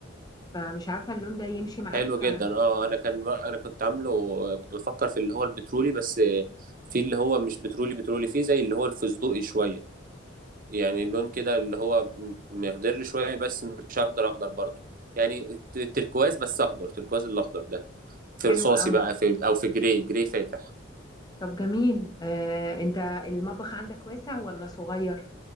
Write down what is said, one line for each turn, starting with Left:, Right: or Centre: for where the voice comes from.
Left: فمش عارفة اللون ده يمشي معاك
Right: حلو جدا
Left: آه،
Right: اه انا كان انا كنت عامله كنت بفكر في اللي هو البترولي بس في اللي هو مش بترولي بترولي فيه زي اللي هو الفستقي شويه يعني اللون كده اللي هو م- مخضر شويه بس مش اخضر اخضر برضه يعني ت- تركواز بس اخضر تركواز الاخضر ده في
Left: حلو
Right: رصاصي
Left: قوي
Right: بقى في او في جراي جراي فاتح
Left: طب جميل آه انت المطبخ عندك واسع ولا صغير